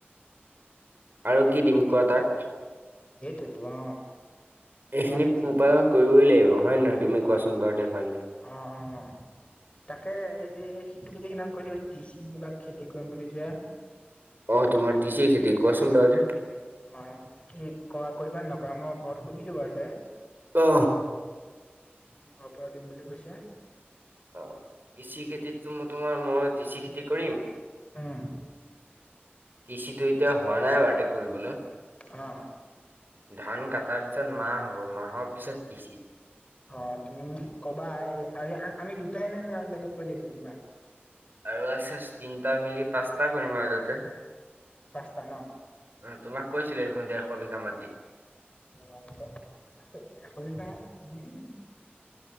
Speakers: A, on the right; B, on the left.
A: আৰু কি দিম কোৱা তাক?
B: সেইটোৱেটো অ।
A: এইখিনি
B: ইমান ফেচি
A: উপাদান কৰিবই লাগিব হয় নে নহয়
B: লাগিব
A: তুমি কোৱাচোন বাৰুতে হয় নে?
B: অ অ। তাকে এতিয়া সি তুমি যে সিদিনাখন কৈছিলা, তিচি কিবা খেতি কৰিম বুলি যে।
A: অ তোমাৰ তিচি খেতি কোৱাচোন বাৰু এতিয়া।
B: হয় কি কৰা কৰিবা নে নকৰা? মই ঘৰত সুধিলো বাৰুতে।
A: অ।
B: উম, ঘৰৰ পৰা দিম বুলি কৈছে।
A: অ, তিচি খেতিতটো মই তোমাৰ মই তিচি খেতি কৰিম
B: উম
A: তিচিটো এতিয়া হোৱা নাই বাৰু এতিয়া কৰিবলে।
B: অ।
A: ধান কটাৰ পিছত মাহ হ'ব, মাহৰ পিছত তিচি।
B: অহ, তুমি মোক কবা। এই হাৰি, আন আমি দুটাই নে, নে আৰু বেলেগ ছোৱালী আছে কোনোবা?
A: আৰু আছেচ। তিনিটাই মিলি পাঁচটা কৰিম আগতে।
B: পাঁচটা ন?
A: উম, তোমাক কৈছিলোঁৱে দেখোন দেৰশ বিঘা মাটি।
B: অঁহ, ত' ঠিক আছে। এশ বিঘা, উম।